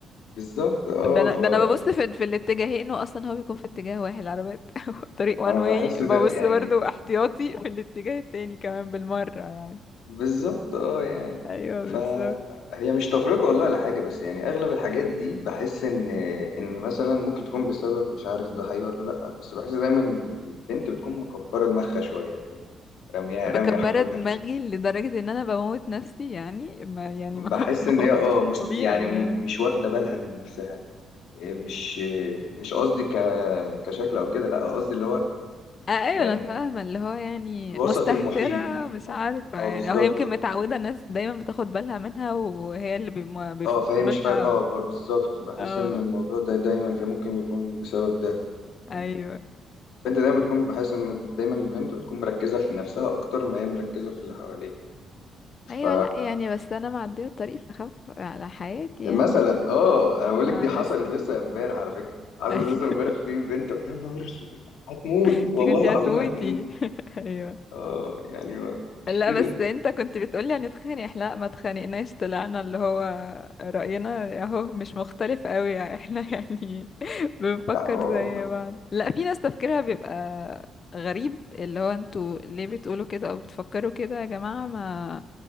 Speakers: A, on the left (about 85°); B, on the left (about 45°).
A: بالظبط اه
B: ده انا
A: ف
B: ده انا ببص في في الاتجاهين واصلا هو بيكون في اتجاه واحد العربيات <laughs> طريق وان
A: انا
B: واي
A: بحس
B: ببص
A: ده يعني
B: برضه احتياطي في الاتجاه التاني كمان بالمرة يعني
A: بالظبط اه يعني
B: ايوه
A: فهي
B: بالظبط
A: مش تفرقة والله ولا حاجة بس يعني أغلب الحاجات دي بحس إن إن مثلا ممكن تكون بسبب مش عارف ده حقيقي ولا لأ بس بحس دايما إن البنت بتكون مكبرة دماغها شوية اللي هو رامية
B: مكبرة
A: رامية حمولها
B: دماغي
A: شوية
B: لدرجة ان انا بموت نفسي يعني ما يعني
A: بحس
B: ما <laughs> ما
A: إن
B: هوش
A: هي اه مست...
B: طبيعي
A: يعني م...
B: يعني
A: مش واخدة بالها من نفسها إيه مش إيه مش قصدي ك... كشكل أو كده لأ قصدي اللي هو
B: آه، ايوه
A: يعني
B: انا فاهمه اللي هو يعني
A: الوسط
B: مستهتره
A: المحيط
B: مش عارفه
A: اه
B: يعني
A: بالظبط
B: او هي يمكن متعوده الناس دايما بتاخد بالها منها وهي اللي بيم- بيفكروا
A: اه فهي مش
B: لها
A: فارقة اه ب- بالظبط بحس
B: اه
A: ان الموضوع ده دايما في ممكن يكون بسبب ده
B: ايوه
A: ان البنت دايما بتكون بحس ان دايما البنت بتكون مركزة في نفسها اكتر ما هي مركزة في اللي حواليها
B: ايوه
A: ف
B: لا يعني بس انا معديه الطريق فخاف على حياتي يعني
A: مثلا اه انا بقول
B: ما
A: لك دي حصلت
B: لسه
A: لسه امبارح على فكرة حصلت
B: <laughs> ايوه
A: لسه امبارح في بنت يا نهار اسود هتموت
B: انت
A: والله
B: كنتي
A: العظيم
B: هتموتي
A: هتموت
B: <laughs> ايوه
A: اه يعني ما مش
B: لا
A: كده
B: بس انت كنت بتقولي هنتخانق احنا لا ما اتخانقناش طلعنا اللي هو رأينا اهو مش مختلف قوي يعني. احنا <laughs> يعني بنفكر
A: لا هو-
B: زي بعض لا في ناس تفكيرها بيبقى غريب اللي هو انتوا ليه بتقولوا كده او بتفكروا كده يا جماعة ما